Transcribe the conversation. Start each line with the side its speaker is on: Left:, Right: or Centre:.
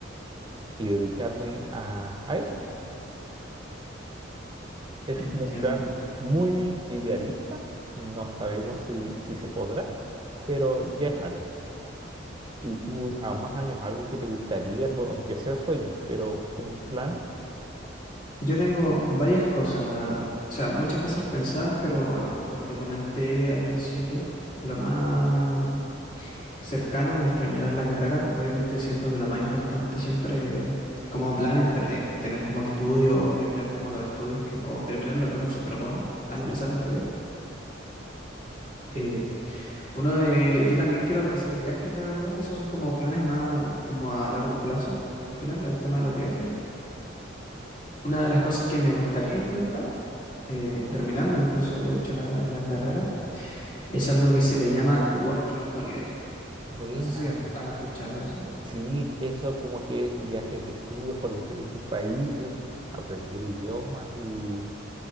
Right: y dedicarme a, a eso. Ese
Left: Entiendo.
Right: es como un plan muy idealista. No sabemos si, si se podrá, pero ya es algo. ¿Y tú a más años algo que te gustaría, algo, aunque sea sueño, pero como un plan?
Left: Yo tengo varias cosas, la verdad. O sea, muchas cosas pensadas, pero bueno, como te comenté al principio, lo más cercano es terminar la carrera. Obviamente siento que lo más importante siempre como plan es, tra- es tener como estudio o terminar como los estudios que, o terminar lo que uno se propone al
Right: Sí.
Left: empezar a estudiar. Eh, Uno de, yo también quiero hacer viajes, la verdad. Esos son como planes más como a largo plazo, al final, el tema de los viajes. Una de las cosas que me gustaría intentar, eh,
Right: Ajá.
Left: terminando incluso, de hecho, la, la carrera, es algo que se le llama Working Holiday.
Right: Buena.
Left: No sé si has, has escuchado eso.
Right: Sí, eso como que es viajes de estudios por diferentes países, aprender idiomas y